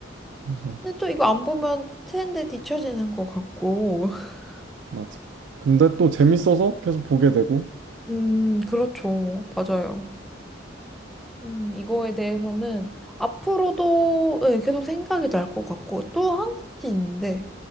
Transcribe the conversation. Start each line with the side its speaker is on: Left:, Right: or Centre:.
Right: 그래서
Centre: 근데 또 이거 안 보면 트렌드에 뒤처지는 것 같고. <laughs>
Right: 맞아. 근데 또 재밌어서 계속 보게 되고.
Centre: 음, 그렇죠. 맞아요. 음, 이거에 대해서는 앞으로도 네, 계속 생각이 날 것 같고. 또 한 가지 있는데,